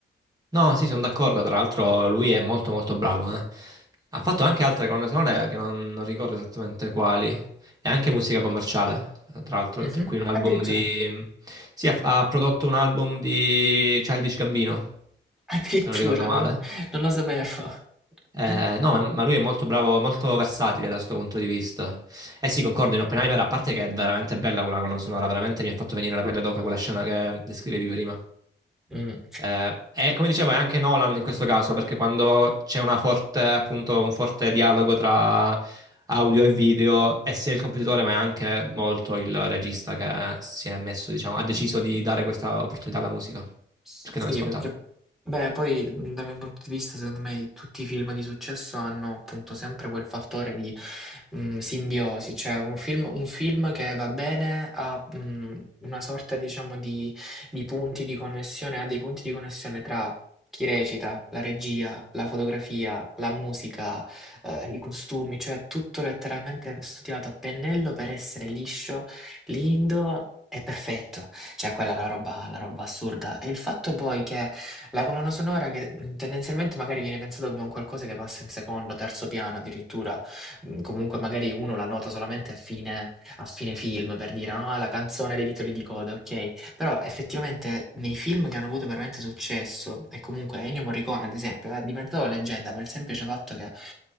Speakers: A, on the right; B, in the centre.
A: No, sì, sono d'accordo, tra l'altro lui è molto molto bravo, eh. Ha fatto anche altre colonne sonore che non, non ricordo esattamente quali, e anche musica commerciale, tra l'altro,
B: Mhm.
A: tra cui un album
B: Addirittura,
A: di... Sì, ha, ha prodotto un album di Childish Gambino,
B: <laughs> addirittura,
A: se non ricordo male.
B: non lo, non lo sapevo.
A: Eh,
B: <laughs>
A: no, ma, ma lui è molto bravo, molto versatile da questo punto di vista. Eh sì, concordo in Oppenheimer, a parte che è veramente bella quella colonna sonora, veramente mi ha fatto venire la pelle d'oca quella scena che descrivevi prima.
B: Mm.
A: Eh, e come dicevo, è anche Nolan in questo caso, perché quando c'è una forte, appunto, un forte dialogo tra audio e video, è sia il compositore, ma è anche molto il regista che si è messo, diciamo, ha deciso di dare questa opportunità alla musica,
B: Sì,
A: perché non è scontato.
B: perché, beh, poi mh, dal mio punto di vista, secondo me, tutti i film di successo hanno appunto sempre quel fattore di mh, simbiosi, cioè un film, un film che va bene ha mh, una sorta, diciamo, di, di punti di connessione, ha dei punti di connessione tra chi recita, la regia, la fotografia, la musica, eh, i costumi, cioè tutto letteralmente studiato a pennello per essere liscio, lindo e perfetto. Cioè quella è la roba la roba assurda. E il fatto poi che la colonna sonora che, mhmm, tendenzialmente magari viene pensato come un qualcosa che passa in secondo, terzo piano addirittura, mhmm, comunque magari uno la nota solamente a fine a fine film per dire, no: "Ah, la canzone dei titoli di coda", okay, però effettivamente nei film che hanno avuto veramente successo e comunque Ennio Morricone ad esempio eh, è diventato leggenda per il semplice fatto che